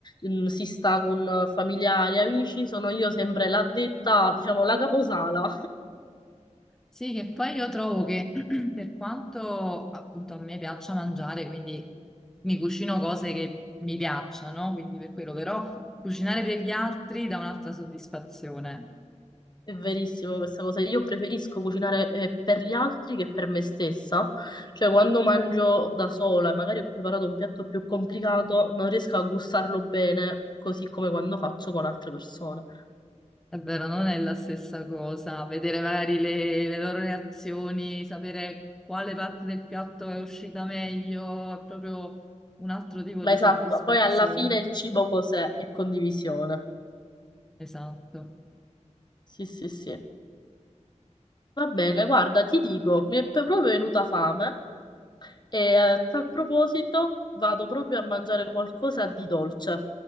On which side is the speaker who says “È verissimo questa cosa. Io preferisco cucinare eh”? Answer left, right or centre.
Left